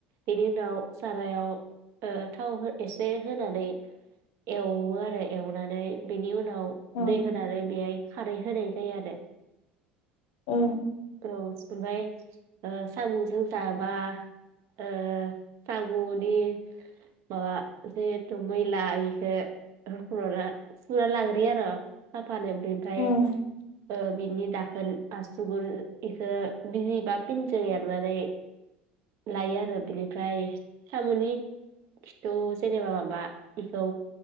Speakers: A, on the right; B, on the left.
A: बेनि उनाव सारायाव ओ थाव हो एसे होनानै एवो आरो एवनानै बेनि उन उनाव
B: औ
A: दै होनानै बेयाय खारै होनाय जायो आरो।
B: उ
A: औ ओमफ्राय ओ साम'जों जाबा ओ सामुनि माबा जेहेथु मैला इखो रुख्लना सुना लाग्रोयो आर साफानो बेफाय
B: उम
A: ओ बिनि दाखोन आसुगुर इखो बिजि बा पिनजो एर <unintelligible> नानै लायो आरो बिनिफ्राय सामुनि खिथु जेनेबा माबा इखौ